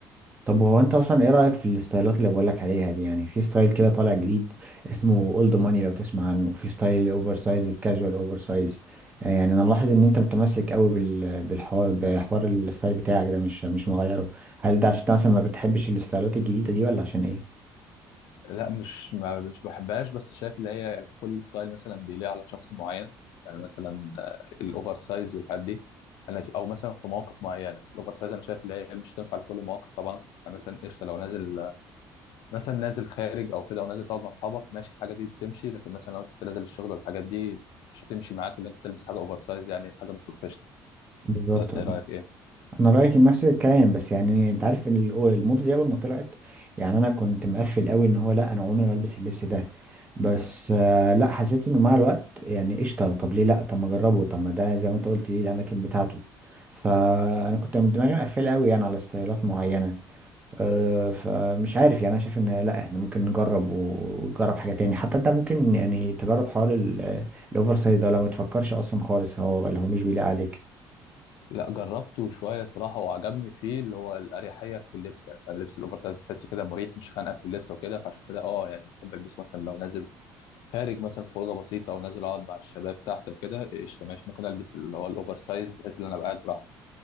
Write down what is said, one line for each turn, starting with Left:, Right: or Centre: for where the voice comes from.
Right: طب هو انت اصلا ايه رأيك في الستايلات اللي بقولك عليها دي يعني في ستايل كده طالع جديد اسمه اولد ماني لو تسمع عنه وفي ستايل الاوفر سايز
Left: آه.
Right: الكاجوال اوفر سايز آه، يعني انا ملاحظ ان انت متمسك قوي بال- بالحوار بحوار الستايل بتاعك ده مش مش مغيره هل ده عشان انت مثلا ما بتحبش الستايلات الجديدة دي ولا عشان ايه
Left: لا مش ما مش بحبهاش بس شايف اللي هي يعني كل ستايل مثلا بيليق على شخص معين يعني مثلا آه، الاوفر سايز والحاجات دي انا ش- او مثلا في مواقف معينه الاوفر سايز انا شايف اللي هي مش تنفع لكل مواقف طبعا يعني مثلا قشطه لو نازل مثلا نازل خارج او كده او نازل تقعد مع اصحابك ماشي الحاجه دي بتمشي لكن مثلا لو انت نازل الشغل والحاجات دي مش هتمشي معاك اللي انت تلبس حاجه اوفر سايز يعني حاجه مش بروفيشنال
Right: بالظبط
Left: ولا انت ايه رايك ايه
Right: انا رايي كان نفس الكلام بس يعني انت عارف ان ال- الموضه دي اول ما طلعت يعني انا كنت مقفل قوي ان هو لا انا عمري ما البس اللبس ده بس آه، لا حسيت انه مع الوقت يعني قشطه طب ليه لا طب ما اجربه طب ما ده زي ما انت قلت ليه الاماكن بتاعته فانا كنت من دماغي مقفل قوي يعني على ستايلات معينه أه فمش عارف يعني انا شايف ان لا احنا ممكن نجرب و- ونجرب حاجه تاني حتى انت ممكن يعني تجرب حوار ال- الاوفر سايز ده لو ما تفكرش اصلا خالص هو ولا هو مش بيليق عليك
Left: لا جربته شويه صراحه وعجبني فيه اللي هو الاريحيه في اللبس يعني فاهم اللبس الاوفر سايز بتحسه كده مريح مش خانقك في اللبس وكده فعشان كده اه يعني بحب البسه مثلا لو نازل خارج مثلا خروجه بسيطه ونازل اقعد مع الشباب تحت وكده قشطه ماشي ممكن البس اللي هو الاوفر سايز بحيث ان انا ابقى قاعد براحتي